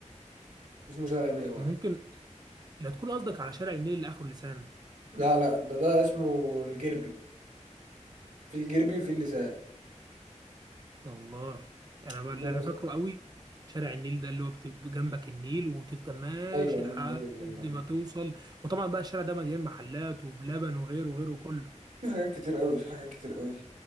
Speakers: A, on the right; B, on the right.
A: اسمه شارع 101
B: ممكن لا تكون قصدك على شارع النيل اللي اخره لسان
A: لا لا ده ده اسمه الجربي في الجربي وفي اللسان
B: والله انا بقى
A: لا
B: اللي انا
A: بس
B: فاكره قوي شارع النيل ده اللي هو بتبقى جنبك النيل وتفضل ماشي
A: أيوه
B: لحد
A: أيوه أيوه أيوه
B: ما
A: أيوه
B: توصل وطبعا بقى الشارع ده مليان محلات وبلبن وغيره وغيره كله
A: في حاجات كتير قوي في حاجات كتير قوي